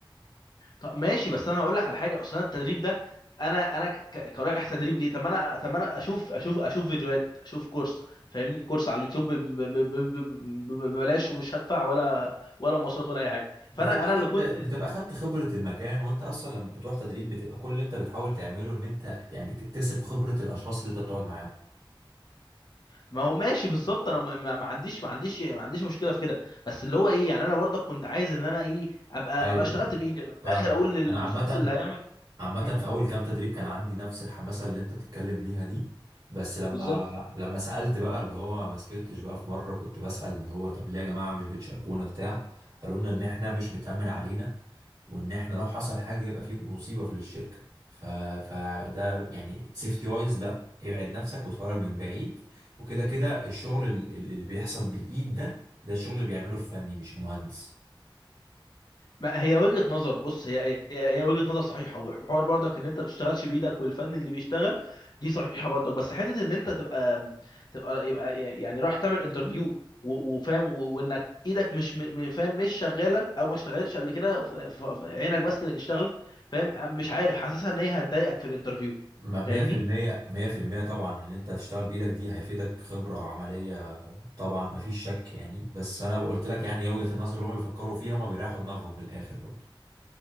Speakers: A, on the left (about 55°); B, on the right (about 50°).
A: طب ماشي بس انا هقول لك على حاجه اصلا التدريب ده انا انا ك- ك- كرايح تدريب ليه طب ما انا طب ما انا اشوف اشوف اشوف فيديوهات اشوف كورس فاهمني كورس على اليوتيوب ب- ب- ب- ب- ب- ببلاش ومش هدفع ولا ولا مواصلات ولا اي حاجه
B: بتبقى
A: فانا انا
B: خدت
A: اللي كنت
B: بتبقى خدت خبرة المكان وانت اصلا لما بتروح تدريب بتبقى كل اللي انت بتحاول تعمله ان انت يعني تكتسب خبرة الاشخاص اللي انت بتقعد معاهم
A: ما هو ماشي بالظبط انا ما ما- ما عنديش ما عنديش ما عنديش مشكله في كده بس اللي هو ايه يعني انا برضك كنت عايز ان انا ايه ابقى
B: ايوه
A: ابقى اشتغلت
B: ايوه
A: بايدي ابقى من الاخر
B: فاهمك
A: اقول للشخص
B: انا عامة
A: اللي هيعمل
B: عامة
A: مم.
B: في أول كام تدريب كان عندي نفس الحماسة اللي أنت بتتكلم بيها دي بس لما
A: بالظبط
B: لما سألت بقى اللي هو ما سكتش بقى في مرة كنت بسأل اللي هو طب ليه يا جماعة مش بتشاركونا بتاع قالوا لنا إن إحنا مش متأمن علينا وإن إحنا لو حصل حاجة يبقى في مصيبة في الشركة ف... فده يعني سيفتي وايز لا ابعد نفسك واتفرج من بعيد وكده كده الشغل ال- اللي بيحصل بالإيد ده ده الشغل اللي بيعمله الفني مش المهندس
A: ما هي وجهة نظر بص هي هي هي وجهة نظر صحيحة وحوار برضك ان انت تشتغلش بايدك والفن اللي بيشتغل دي صحيحة برضك بس حتة ان انت تبقى تبقى يبقى يعني رايح تعمل انترفيو وفاهم و- وانك ايدك مش م- م- فاهم مش شغالة او ما اشتغلتش قبل كده ف- ف- ف- عينك بس اللي اشتغلت فاهم مش عارف حاسسها ان هي هتضايقك في الانترفيو
B: ما- مية
A: فاهمني
B: في المية مية في المية طبعا ان انت هتشتغل بايدك دي هيفيدك خبرة عملية طبعا مفيش شك يعني بس انا قلت لك يعني هي وجهة النظر اللي هم بيفكروا فيها ما بيريحوا دماغهم من الاخر برضو